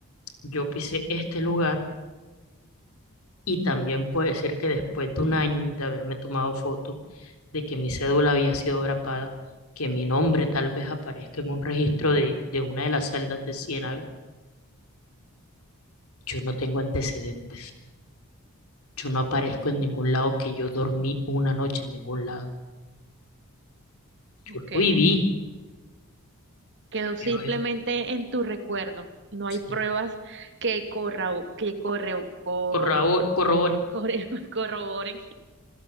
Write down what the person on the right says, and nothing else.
Ok,
quedó simplemente
en tu recuerdo. No hay
pruebas que corra, que corre, co-
corre- <laughs> corroboren